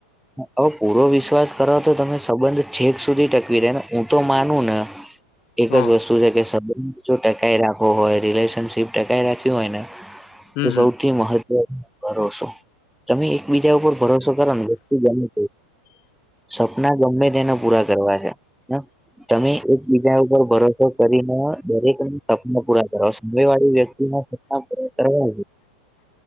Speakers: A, in the centre; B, on the left.
A: હવે પૂરો વિશ્વાસ કરો તો તમે સંબંધ છેક સુધી ટકી રે ને હું તો માનું ન એક
B: હ
A: જ વસ્તુ છે કે સબંધ જો ટકાઈ રાખવો હોય રિલેશનશીપ ટકાઈ રાખ્યું હોય ને
B: હમ
A: તો સૌ
B: હમ
A: સૌથી મહત્વ ભરોસો તમે એકબીજા ઉપર ભરોસો કરો ને ગમે સપના ગમે તેના પૂરા કરવા હૈ. હ તમે એકબીજા ઉપર ભરોસો કરીને દરેક ના સપના પૂરા કરવા સામે વાળી વ્યક્તિ ના સપના પૂરા કરવા